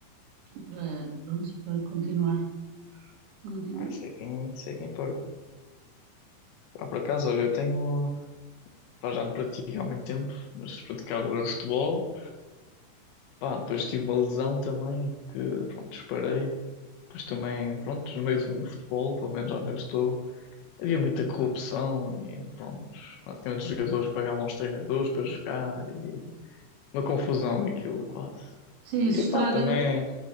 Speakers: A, on the right; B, on the left.
A: para, pronto, para continuar. para continuar.
B: Ah, sei quem, sei quem importa. Pá, por acaso, olha, eu tenho. Pá, já não pratico há muito tempo, mas praticava futebol. Pá, depois tive uma lesão também, que pronto, disparei. Depois também, pronto, no meio do futebol, pelo menos onde eu estou, havia muita corrupção e pronto, basicamente os jogadores pagavam aos treinadores para jogar e uma confusão aquilo quase.
A: Sim, isso
B: E
A: estraga,
B: pá, também,